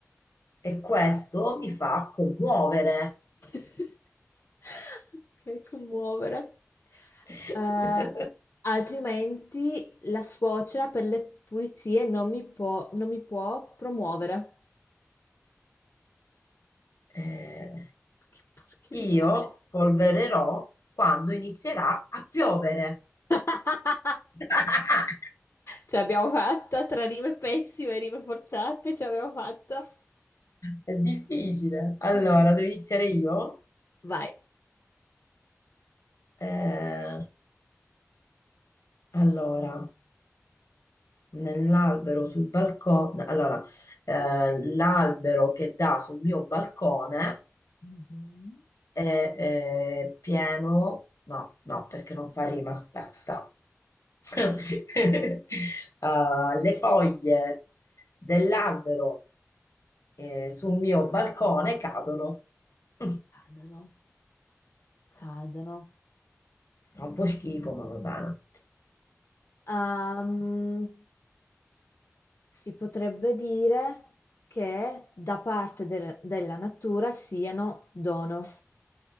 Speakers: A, on the left (about 80°); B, on the left (about 65°).
A: E, questo mi fa commuovere.
B: <laughs> Ok, commuovere.
A: <laughs>
B: Eh, altrimenti la suocera per le pulizie non mi può, non mi può promuovere.
A: Eh,
B: Che porcheria.
A: io
B: è?
A: spolvererò quando inizierà a piovere.
B: <laughs>
A: <laughs>
B: Ce l'abbiamo fatta tra rime pessime e rime forzate, ce l'abbiamo fatta.
A: È difficile. Allora,
B: Mm, mm.
A: devo iniziare io?
B: Vai.
A: Eh, allora, nell'albero sul balcone. Allora, eh, l'albero che dà sul mio balcone
B: Mhm.
A: è, eh, pieno. No, no, perché non fa rima, aspetta. <laughs> Eh, le foglie dell'albero eh, sul mio balcone cadono. Mm,
B: Cadono, cadono.
A: fa un po' schifo, ma va bene.
B: Ehm, si potrebbe dire che da parte del- della natura siano dono.